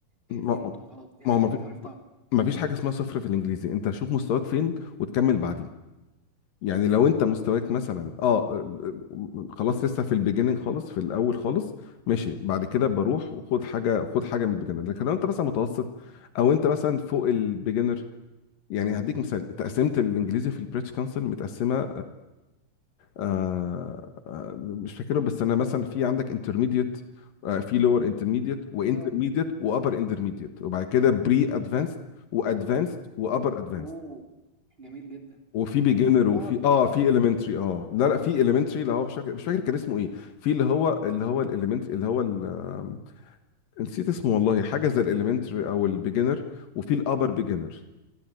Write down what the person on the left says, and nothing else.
ما
ما
هو ما في
ما فيش حاجه اسمها صفر في الانجليزي انت شوف مستواك فين وتكمل بعديه يعني لو انت مستواك مثلا اه آه، آه، خلاص لسه في البيجيننج خالص في الاول خالص ماشي بعد كده بروح وخد حاجه خد حاجه من البيجنر لكن لو انت مثلا متوسط او انت مثلا فوق البيجنر يعني هديك مثال تقسيمه الانجليزي في البريتش كونسل متقسمه آه آه مش فاكرهم بس انا مثلا في عندك انترميديت آه في لور انترميديت وانترميديت
وابر انترميديت وبعد كده بري ادفانسد وادفانسد وابر ادفانسد
وفي بيجنر
وفي
اه في اليمنتري اه لا لا في اليمنتري اللي هو مش فاكر مش فاكر كان اسمه ايه في اللي هو اللي هو الاليمنتري اللي هو ال- آم، نسيت اسمه والله حاجه زي الاليمنتري او البيجنر وفي الابر بيجنر